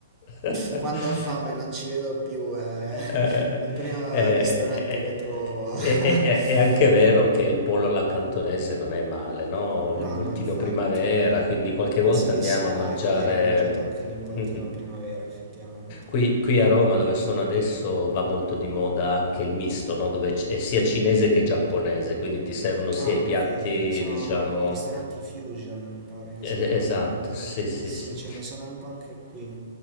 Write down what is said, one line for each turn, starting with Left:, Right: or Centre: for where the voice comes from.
Left: <laughs>
Right: Quando ho fame non ci vedo più, è
Left: Eh, eh,
Right: <laughs> il primo
Left: eh,
Right: ristorante che trovo. <laughs>
Left: eh, eh, è anche vero che il pollo alla cantonese non è male, no? L'involtino
Right: No, no, infatti.
Left: primavera, quindi qualche volta
Right: Sì,
Left: andiamo
Right: sì, ah,
Left: a mangiare.
Right: ecco, ieri ho mangiato anche l'involtino
Left: <laughs>
Right: primavera, effettivamente.
Left: Qui, qui a Roma, dove sono adesso, va molto di moda anche il misto, no? Dove c- è sia cinese che giapponese, quindi ti servono sia
Right: Ah,
Left: i
Right: ok,
Left: piatti,
Right: sono
Left: diciamo.
Right: ristoranti fusion, mi pare che
Left: Es-
Right: si
Left: Esatto,
Right: chiamano, no?
Left: sì, sì,
Right: Sì,
Left: sì.
Right: ce ne sono un po' anche qui.